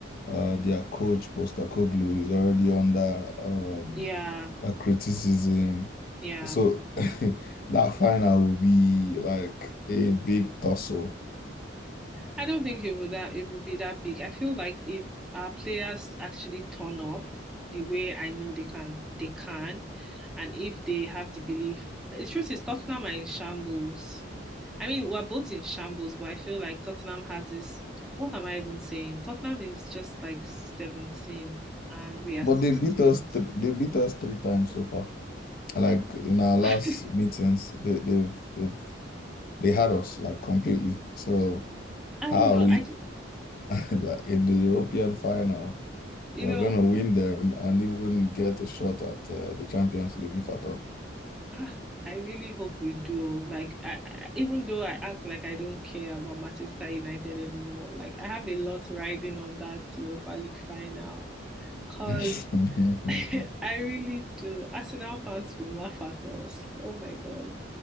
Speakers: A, on the left (about 45°); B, in the centre.
A: Uh, their coach Postecoglou is already under um,
B: yeah,
A: a criticism.
B: yeah.
A: So <laughs> that final will be like a big tussle.
B: I don't think it would that it will be that big. I feel like if our players actually turn up the way I know they can, they can, and if they have the belief, the truth is Tottenham are in shambles. I mean, we're both in shambles, but I feel like Tottenham has this. What am I even saying? Tottenham is just like 17th, and we are
A: But
B: 16th.
A: they beat us three, they beat us three times so far. Like
B: I know.
A: in our last
B: <laughs>
A: meetings, they they've, they've they had us like completely. So
B: I
A: how
B: don't know.
A: are we
B: I just,
A: <laughs> in the European final?
B: <laughs> you
A: We're
B: know,
A: gonna win them and even get a shot at uh, the Champions League if at all.
B: Ah, I really hope we do. Like, I, I, even though I act like I don't care about Manchester United anymore, like I have a lot riding on that Europa League final. Cause
A: <laughs>
B: <laughs> I really do. Arsenal fans will laugh at us. Oh my God.